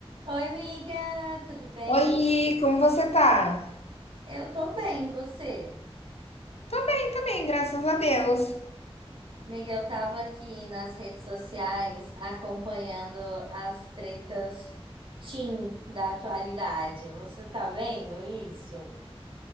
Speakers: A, on the right (about 55°); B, on the left (about 80°).
A: Oi, amiga, tudo bem?
B: Oi, como você tá?
A: Eu tô bem, e você?
B: Tô bem também, graças a Deus.
A: Amiga, eu tava aqui nas redes sociais acompanhando as tretas teen da atualidade. Você tá vendo isso?